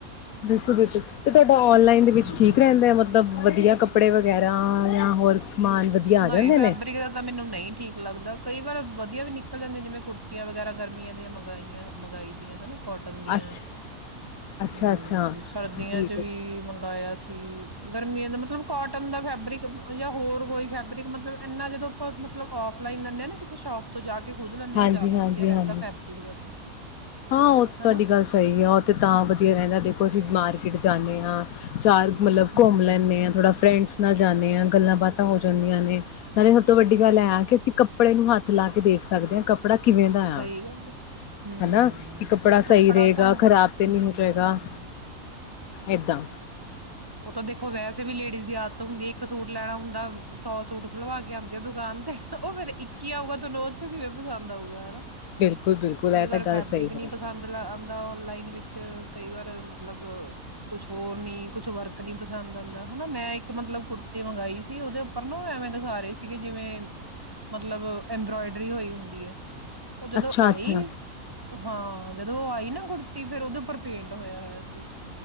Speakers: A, on the left; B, on the right.
A: ਬਿਲਕੁਲ ਬਿਲਕੁਲ ਤੇ ਤੁਹਾਡਾ ਨਲਾਈਨ ਦੇ ਵਿੱਚ
B: ਹਮ
A: ਠੀਕ ਰਹਿੰਦਾ ਮਤਲਬ ਵਧੀਆ ਕੱਪੜੇ ਵ ਵਗੈਰਾ ਜਾਂ ਹੋਰ ਸਮਾਨ ਵਧੀਆ ਆ
B: ਨਹੀਂ
A: ਜਾਂਦੇ
B: ਫੈਬਰਿਕ
A: ਨੇ?
B: ਦਾ ਤਾਂ ਮੈਨੂੰ ਨਹੀਂ ਠੀਕ ਲੱਗਦਾ ਕਈ ਵਾਰ ਵਧੀਆ ਵੀ ਨਿਕਲ ਜਾਂਦੀਆਂ ਜਿਵੇਂ ਕੁੜਤੀਆਂ ਵਗੈਰਾ ਗਰਮੀਆਂ ਦੀਆਂ ਮੰਗਾਈਆਂ ਮੰਗਵਾਾਈ ਦੀਆਂ ਹਨਾ ਕੋਟਨ ਦੀਆਂ
A: ਅੱਛ ਅੱਛਾ-ਅੱਛਾ
B: ਹਮ ਸਰਦੀਆਂ
A: ਠੀਕ
B: ਚ
A: ਹੈ
B: ਵੀ ਮੰਗਇਆ ਸੀ ਗਰਮੀਆਂ ਦਾ ਮਤਲਬ ਕੋਟਨ ਦਾ ਫੈਬਰਿਕ ਜਾਂ ਹੋਰ ਕੋਈ ਫੈਬ ਮਤਲਬ ਇੰਨਾ ਜਦੋਂ ਆਪਾਂ ਮਤਲਬ ਔਫਲਾਈਨ ਲੈਂਦੇ ਹ ਨਾ ਕਿਸੇ ਸ਼ੋਪ ਤੋਂ ਜਾ ਕੇ ਖੁਦ ਲੈਂਦੇ
A: ਹਾਂਜੀ
B: ਹਾਂ ਉਹ ਜ਼ਿਆਦਾ
A: ਹਾਂਜੀ
B: ਵਧੀਆ
A: ਹਾਂਜੀ
B: ਰਹਿੰਦਾ ਫੈਬਰਿਕ ਦਾ ਤਾਂ
A: ਹਾਂ ਉਹ ਤੁਹਾਡੀ
B: ਹਨਾ,
A: ਗੱਲ ਸਹੀ ਹੈ ਉਹ ਤੇ ਤਾਂ ਵਧੀਆ ਰਹਿੰਦਾ ਦੇਖੋ ਅਸੀਂ ਮਾਰਕਿੱਟ ਜਾਂਦੇ ਹਾਂ ਚਾਰ ਮਤਲਬ
B: ਹੂੰ,
A: ਘੁੰਮ ਲੈਂਦੇ ਹਾਂ ਥੋੜਾ ਫਰੈਂਡਸ ਨਾਲ ਜਾਂਦੇ ਹਾਂ ਗੱਲਾਂ ਬਾਤਾਂ ਹੋ ਜਾਂਦੀਆਂ ਨੇ ਨਾਲੇ ਸਭ ਤੋਂ ਵੱਡੀ ਗੱਲ ਹੈ ਕਿ ਅਸੀਂ ਕੱਪੜੇ ਨੂੰ ਹੱਥ ਲੱਗਦੇ ਸਕਦੇ ਹਾਂ ਕੱਪੜਾ ਕਿਵੇਂ ਦਾ
B: ਸਹੀ
A: ਆ
B: ਗੱਲ ਹੈ, ਹੂੰ,
A: ਹਨਾ ਕਿ ਕੱਪੜਾ ਸਹੀ ਰਹੇਗਾ
B: ਤਾਂ
A: ਖ਼ਰਾਬ
B: ਹੂੰ,
A: ਤੇ ਨਹੀਂੀ ਹੋ ਜਾਏਗਾ ਏਦਾਂ
B: ਉਹ ਤਾਂ ਦੇਖੋ ਵੈਸੇ ਵੀ ਲੇਡੀਜ਼ ਦੀ ਆਦਤ ਹੁੰਦੀ ਹੈ ਇੱਕ ਸੂਟ ਲੈਣਾ ਹੁੰਦਾ ਸੌ ਸੂਟ ਖਲਵਾ ਕੇ ਆਉਂਦੀ ਆ ਦੁਕਾਨ ਤੇ ਉਹ ਫੇਰ ਇੱਕ ਹੀ ਆਊਗਾ ਤਹਨੂੰ ਉਹ ਚੋਂ ਕਿਵੇਂ ਆਊਗਾ ਹੈਨਾ
A: ਬਿਲਕੁਲ-ਬਿਲਕੁਲ
B: ਕਈ
A: ਇਹ
B: ਵਾਰ
A: ਤਾਂ ਗੱਲ
B: ਫੈਬਰਿਕ
A: ਸਹੀ ਹੈਗੀ
B: ਨੀ ਪਸੰਦ
A: ਹੈ।
B: ਆਉਂਦਾ ਔਨਲਾਈਨ ਵਿੱਚ ਚ ਕਈ ਵਾਰ ਮਤਲਬ ਕੁਛ ਹੋਰ ਨੀ ਕੁਛ ਵਰਕ ਨੀ ਪਸੰਦ ਆਉਂਦਾ ਹਨਾ ਮੈਂ ਇੱਕ ਮਤਲਬ ਕੁੜਤੀ ਮੰਗਾਈ ਸੀ ਉਹਦੇ ਉੱਪਰ ਨੂੰ ਐਵੇਂ ਦਿਖਾ ਰਹੇ ਸੀਗੇ ਜਿਵੇਂ ਮਤਲਬ ਐੰਬਰੋਇਡਰੀ ਹੋਈ ਹੁੰਦੀ ਹੈ ਉਹ ਜਦੋਂ
A: ਅੱਛਾ-ਅੱਛਾ,
B: ਆਈ ਹਾਂ ਜਦੋਂ ਉਹ ਆਈ ਨਾ ਕੁੜਤੀ ਫੇਰ ਉਹਦੇ ਉੱਪਰ ਪੇਂਟ ਹੋਇਆ ਹੋਇਆ ਸੀ